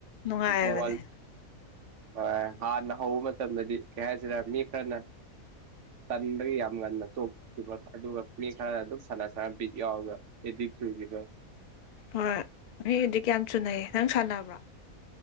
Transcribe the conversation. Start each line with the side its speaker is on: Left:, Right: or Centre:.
Left: ꯅꯨꯡꯉꯥꯏꯕꯅ‌ꯦ
Right: ꯃꯣꯕꯥꯏꯜ ꯍꯣꯏ ꯍꯥꯟꯅ ꯍꯧꯕ ꯃꯇꯝꯗꯗꯤ ꯀꯩ ꯍꯥꯏꯁꯤꯔꯦ ꯃꯤ ꯈꯔꯅ ꯇꯟꯕꯒꯤ ꯌꯥꯝ ꯉꯟꯅ ꯇꯣꯛꯈꯤꯕ ꯑꯗꯨꯒ ꯃꯤ ꯈꯔ ꯑꯗꯨꯝ ꯁꯥꯅ ꯁꯥꯅ ꯕꯤꯠ ꯌꯥꯎꯔꯒ <unintelligible> <unintelligible> ꯒꯦꯒ
Left: ꯍꯣꯏ ꯃꯤꯗꯤ ꯀꯌꯥꯝ ꯆꯨꯅꯩ ꯅꯪ ꯁꯥꯟꯅꯕ꯭ꯔꯣ